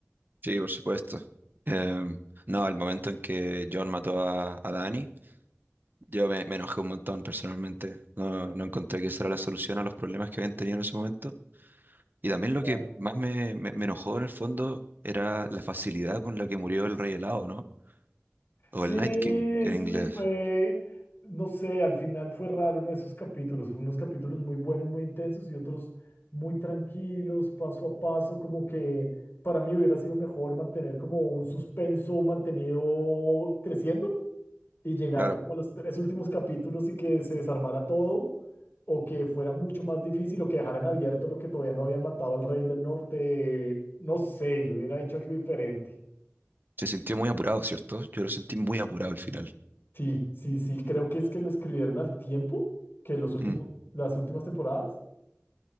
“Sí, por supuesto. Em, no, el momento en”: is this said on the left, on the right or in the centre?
Right